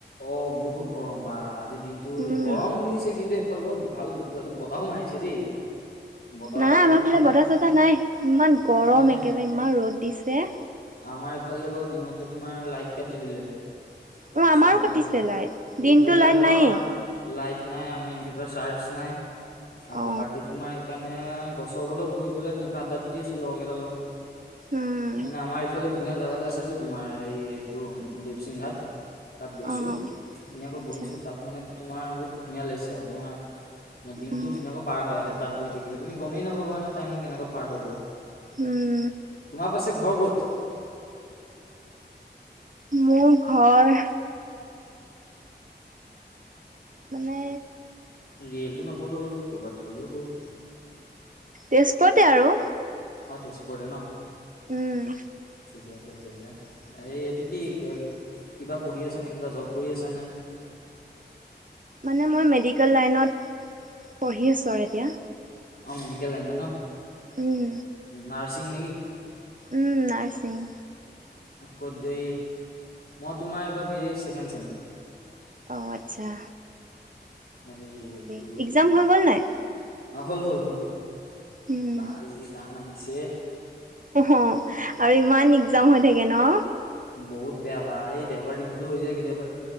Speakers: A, on the left; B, on the right.
A: অ' বহুত গৰম বা আজি দিনতটো
B: উম
A: গৰম দিছে কিন্তু ভাল ভাল বতাহো মাৰিছে দেই। বতাহ
B: নাই
A: আজি
B: আমাৰ
A: তোমাৰ
B: ফালে
A: মানে
B: বতাহ চতাহ নাই ইমান গৰম
A: হে
B: একেবাৰে ইমান ৰ'দ দিছে।
A: আমাৰ ইফালে বাৰু দিনতে তোমাৰ লাইট কাটি দিলে।
B: অ
A: তাৰপিছত
B: আমাৰো কাটিছে লাইট দিনতটো
A: এইফালে
B: লাইট
A: আকৌ
B: নাইয়েই
A: আমাৰ লাইট নাই আমাৰ ইনভেটাৰ চাৰ্জ নাই আকৌ
B: অ
A: বাকী তোমাৰ সেই মানে গছৰ তলত বহি পেলাই ধুনীয়াকে আদ্ডা পিতি আছিলো অৰু লগৰ কেইটাৰ লগত
B: উম
A: মানে আমাৰ এই ফালে ধুনীয়া জোগা আছেতো তোমাৰ এই এইটো দেৱসিং ঘাট। তাত গৈছো
B: অ
A: ধুনীয়াকৈ
B: আচ্ছা
A: বহিছো তাত মানে তোমাৰ বহুত ধুনীয়া লাগিছে আৰু তোমাৰ দিনটো
B: উম
A: ধুনীয়াকৈ পাৰ হৈ আহে তাত বহি থাকিলে তুমি গমেই নাপাবাানে টাইমিং কেকৈ পাৰ হৈ গ'ল।
B: উম
A: তোমাৰ পাছে ঘৰ ক'ত?
B: মোৰ ঘৰ মানে?
A: ৰিয়েলটো নকলেও হ'ল কৰ'ৰবাত কলেও হ'ল।
B: তেজপুৰতে আৰু।
A: অঁ তেজপুৰতে আৰু ন।
B: উম।
A: ঠিকে আছে তেতিয়াহ'লে এই এইটো কি? কিবা পঢ়ি আছানে কিবা জব কৰি আছানে?
B: মানে মই মেডিকেল লাইনত পঢ়ি আছোঁ আৰু এতিয়া।
A: অঁ মেডিকেল লাইনত ন
B: উম
A: নাৰ্ছিং নেকি?
B: উম নাৰছিং।
A: আ ক'ত যে মই তোমাৰ এইবাৰ বি ছেকেণ্ড চেম।
B: অঁ আচ্ছা।
A: এই
B: ভালেই
A: এইটো
B: এক্জাম হৈ গ'ল নাই।
A: অ হল হল হল
B: উম,
A: বা যি টান আহিছে।
B: অ আৰু ইমান একগ্জাম হৈ থাকে ন।
A: বহুত বেয়া বা এই দেওবাৰ দিনটোতো হৈ যায় কেতিয়াবা।